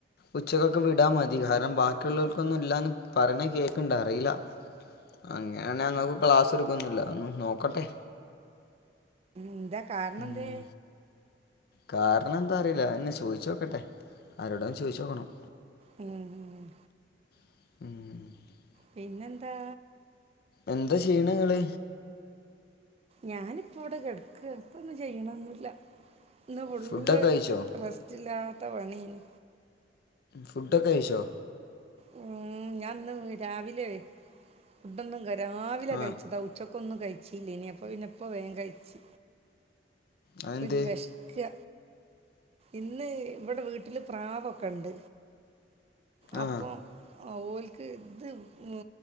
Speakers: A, on the left; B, on the right.
A: ഉച്ചക്കൊക്കെ വിടാ മതി. കാരണം ബാക്കിയുള്ളോൽക്കൊന്നും ഇല്ലാന്ന് പറിണെ കേക്ണ്ട്. അറീല്ല. അങ്ങനാണെ ഞങ്ങൾക്ക് ക്ലാസ്സ് ഇട്ട്ക്കൊന്നുല്ല. ഒന്നു നോക്കട്ടെ.
B: ഇന്ത കാരണം
A: ഉം.
B: എന്തേ?
A: കാരണം എന്താ അറിയില്ല. അതെന്നെ ചോയിച്ചോക്കട്ടെ ആരോടെലും ചോയിച്ചോക്കണം.
B: ഉം ഉം.
A: <inaudible>
B: പിന്നെന്താ
A: എന്താ ശെയ്യ്ണങ്ങള്
B: ഞാനിപ്പോ ഇവിടെ കെടക്ക ക്ഷീണമൊന്നുമില്ല. ഇന്ന് ഫുൾ
A: ഫുഡൊക്കെ കഴിച്ചോ
B: റെസ്റ്റില്ലാ ത്ത പണിയേനി
A: ഫുഡൊക്കെ കഴിച്ചോ
B: ഉം. ഞാന്ന് രാവിലെ കഴിച്ചു. ഫുഡൊന്നും ക രാവിലെ
A: ആ
B: കഴിച്ചതാ ഉച്ചക്ക് ഒന്നും കഴിച്ചീല്ല ഇനി അപ്പ പിന്നെപ്പ വേം കഴിച്ച്
A: അതെന്ത്
B: പിന്നെ വെശക്വ ഇന്ന് ഇവിടെ വീട്ടില് പ്രാവൊക്കെ ണ്ട്
A: ആ
B: അപ്പൊ ഓൽക്ക് ഇത് ഉ